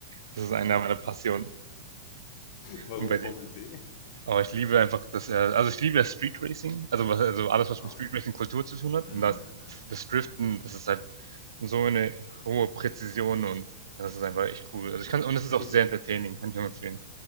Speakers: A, on the right; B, on the left.
A: das ist einer meiner Passionen.
B: Warum
A: Und bei
B: Formel
A: dir?
B: D?
A: Aber ich liebe einfach, dass er, also ich liebe das Street Racing, also, was, also alles,
B: Ah,
A: was mit Street
B: okay.
A: Racing Kultur zu tun hat.
B: Mm,
A: Und das,
B: mm, mm,
A: das Driften,
B: mm.
A: das ist halt so eine hohe Präzision und das ist einfach echt cool. Also ich kann, und es ist auch
B: Ich,
A: sehr entertaining, kann ich nur empfehlen.